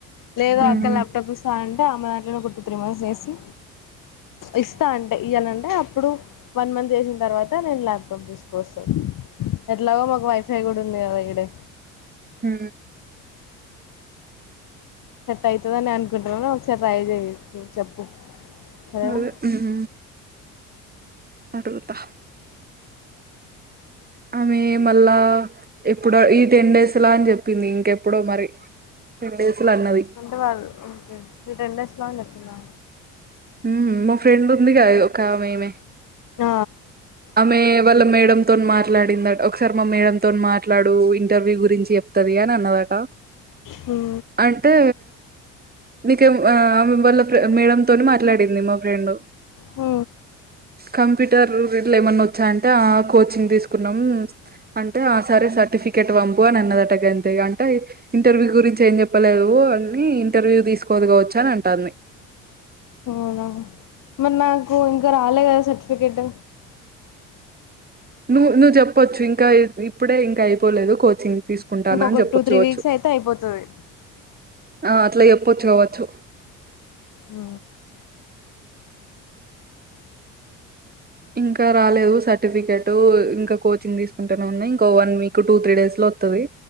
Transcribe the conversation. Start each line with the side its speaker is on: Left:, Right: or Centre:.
Left: లేదు
Right: హ్మ్
Left: అక్క ల్యాప్టాప్ ఇస్తా అంటే అమే దాంట్లోనే ఒక టూ త్రీ మంత్స్ చేసి ఇస్తా అంటే ఇయ్యనంటే అప్పుడు వన్ మంత్ చేసిన తర్వా త నేను ల్యాప్టాప్ తీసుకొస్తాను ఎట్లాగో మాకు వైఫై కూడా ఉంది కదా ఈడే
Right: మ్
Left: సట్ అవుతదనే అనుకుంటున్నా ఒకసారి ట్రై చెయొచ్చు చెప్పు సరేనా
Right: అదే మ్ అడుగుతా ఆమె మళ్ళా ఎప్పుడో ఈ టెన్ డేస్లా అని చెప్పింది ఇంకెప్పుడో మరి టెన్ డేస్ లా అన్నది
Left: అంటే వాళ్ళు ఒకే ఈ టెన్ డేస్ లో అని చెప్తుందా
Right: మ్ మా ఫ్రెండ్ ఉంది కద ఒకమే ఈమే
Left: ఆ
Right: ఆమె వాళ్ళ మేడమ్ తోని మాట్ మాట్లాడిందట ఒకసారి మా మేడడం తోని మాట్లాడు ఇంటర్వ్యూ గురించి చెప్తది అని అన్నదట
Left: అ
Right: అంటే నీకే ఆ ఆమె వల్ళ మేడం తోని మాట్లాడింది మా ఫ్రెండ్
Left: మ్
Right: కంప్యూటర్ ఏమన్నా వచ్చాంటే ఆ కోచింగ్ తీసుకున్నాం అంటే ఆ సరే సర్టిఫికేట్ పంపు అనిఅం అన్నదటగాంతె అంటే ఇంటర్వ్యూ గురించి ఏం చెప్పలేదు అని ఇంటర్వ్యూ తీసుకోదు కావచ్చు అని అంటాంది
Left: అవునా మరి నాకు ఇంకా రాలే కదా సర్టిఫికేట్
Right: నువ్వు నువ్వు చెప్పొచ్చు ఇంకా ఇప్పుడే ఇంకా అయిపోలేదు కోచింగ్ తీసుకుంటాన
Left: ఇంకొక
Right: అని చెప్పచ్చుకవచ్చు
Left: టూ త్రీ వీక్స్ అయితే అయిపోతది
Right: ఆ అట్లా చెప్పొచ్చు కావచ్చు
Left: ఆ
Right: ఇంకా రాలేదు సర్టిఫికెటు ఇంకా కోచింగ్ తీసుకుంటనే ఉన్న ఇంకో one week two three days లో ఒత్తది